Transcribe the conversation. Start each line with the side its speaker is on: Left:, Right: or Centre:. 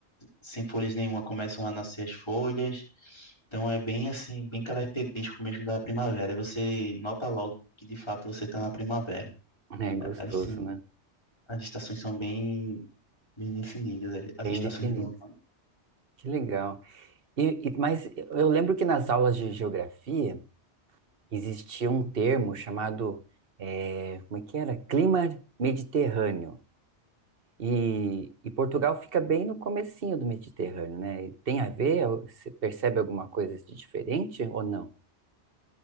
Left: sem folhas nenhuma começam a nascer as folhas. Então é bem assim, bem característico mesmo da primavera. E Você nota logo que de fato você está na primavera.
Right: é gostoso,
Left: Assim,
Right: né?
Left: as estações são bem, bem definidas, as,
Right: Bem
Left: as estações
Right: definido.
Left: do ano.
Right: Que legal. E, e- mas eu lembro que nas aulas de geografia existia um termo chamado, eh, como é que era? Clima Mediterrâneo. E, e Portugal fica bem no comecinho do Mediterrâneo, né? E Tem a ver? Você percebe alguma coisa de diferente ou não?